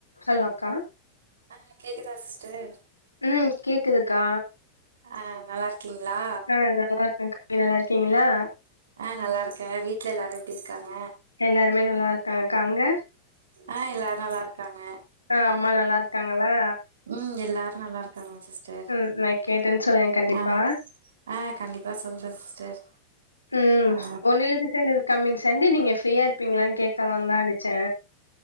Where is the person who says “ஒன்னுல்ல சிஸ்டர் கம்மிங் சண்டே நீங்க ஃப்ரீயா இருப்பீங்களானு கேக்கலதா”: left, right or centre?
Left